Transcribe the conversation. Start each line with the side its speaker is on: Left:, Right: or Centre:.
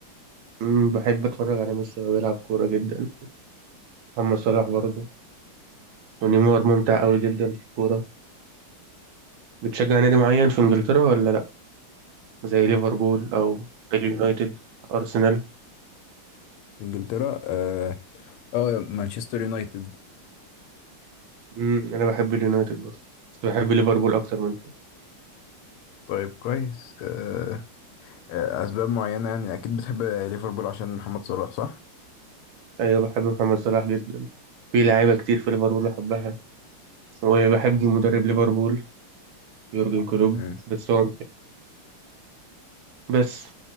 Right: أمم، بحب اتفرج على ميسي وهو بيلعب كوره جدا محمد صلاح برضه ونيمار ممتع قوي جدا في الكوره بتشجع نادي معين في انجلترا ولا لا زي ليفربول او اليونايتد ارسنال
Left: في انجلترا اه, آه مانشستر يونايتد
Right: أمم، انا بحب اليونايتد برضه بس بحب ليفربول اكتر منه
Left: طيب كويس آه، آه، أسباب معينة يعني أكيد بتحب ليفربول عشان محمد صلاح صح؟
Right: ايوه بحب محمد صلاح جدا في لعيبه كتير في ليفربول بحبها وبحب مدرب ليفربول يورجن كلوب
Left: مم.
Right: بس هو بس